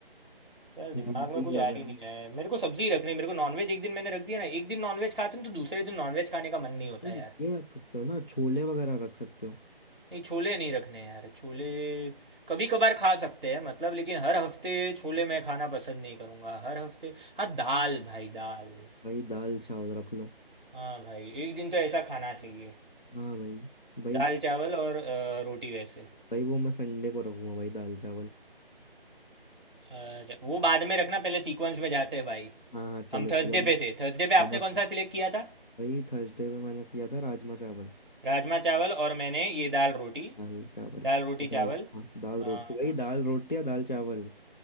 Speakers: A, in the centre; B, on the left (about 50°).
A: यार दिमाग
B: भिंडी
A: में कुछ आ
B: वगैरह
A: ही नहीं रहा है मेरे को सब्जी रखनी है, मेरे को नॉनवेज एक दिन मैंने रख दिया ना एक दिन नॉनवेज खाते हैं तो दूसरे दिन नॉनवेज खाने का मन नहीं होता
B: भाई,
A: यार
B: ये रख सकते हो ना छोले वगैरह रख सकते हो
A: नहीं छोले नहीं रखने यार छोले कभी कभार खा सकते हैं मतलब लेकिन हर हफ्ते छोले मैं खाना पसंद नहीं करूँगा हर हफ्ते हाँ दाल भाई दाल
B: भाई दाल चावल रख लो
A: हाँ भाई एक दिन तो ऐसा खाना चाहिए
B: हाँ भाई भाई
A: दाल चावल और अ, रोटी वैसे
B: भाई वो मैं संडे को रखूंगा भाई दाल चावल
A: अच्छा, वो बाद में रखना पहले सीक्वेंस में जाते हैं भाई
B: हाँ हाँ चलो
A: हम थर्सडे
B: चलो मैं
A: पे थे थर्सडे पे आपने
B: हम
A: कौन सा सिलेक्ट किया था
B: भाई थर्सडे में मैंने किया था राजमा चावल
A: राजमा चावल और मैंने ये दाल रोटी
B: दाल चावल
A: दाल
B: तो
A: रोटी
B: दाल
A: चावल
B: हाँ दाल
A: हाँ
B: रोटी भाई दाल रोटी या दाल चावल